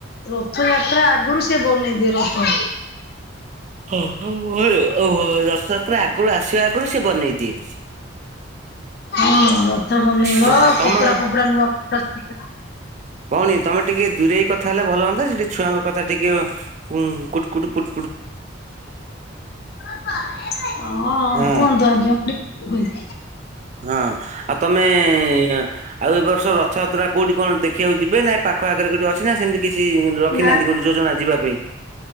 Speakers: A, on the left; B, on the right.
A: ରଥଯାତ୍ରା ଆଗରୁ ସେ ବନେଇ ଦିଏ ରଥ।
B: ହଁ ହଁ ହଏ-ଅ ରଥଯାତ୍ରା ଆଗରୁ ଆସିବା ଆଗରୁ, ସିଏ ବନେଇ ଦିଏ।
A: ହଁ, ରଥ ବନେଇବ,
B: ହଁ ତମ
A: କପଡା ଫପଡା ନୂଆ କପଡ଼ା <inaudible>
B: କଣ କି, ତମେ ଟିକେ ଦୂରେଇ କଥା ହେଲେ ଭଲ ହଅନ୍ତା, ସେଠି ଛୁଆଙ୍କ କଥା ଟିକେ ଉଁ କୁଟ କୁଟ ପୁ
A: ହଁ,
B: ହଁ
A: କୁହନ୍ତୁ ଆଜ୍ଞା ଟି <inaudible>
B: ହଁ, ଆଉ ତମେ-ଏ ଆଉ ଏ ବର୍ଷ ରଥଯାତ୍ରା କୋଉଠି କଣ ଦେଖିବାକୁ ଯିବେ? ନା ଏଇ ପାକ୍ ପାଖ ଆଖରେ କଉଠି ଅଛି ନା ସେମିତି କିଛି ରଖିନାହାଁନ୍ତି!
A: ନା ତ
B: କୋଉଠି ଯୋଜନା ଯିବା ପାଇଁ?